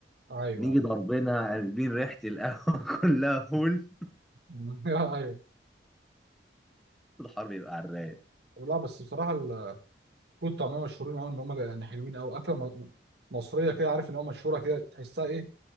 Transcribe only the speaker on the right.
ايوه
ايوه <laughs> ايوه
لا بس بصراحه الفول والطعميه مشهورين قوي ان هم يعني حلوين قوي اكله م- مصريه كده عارف ان هو مشهوره كده تحسها ايه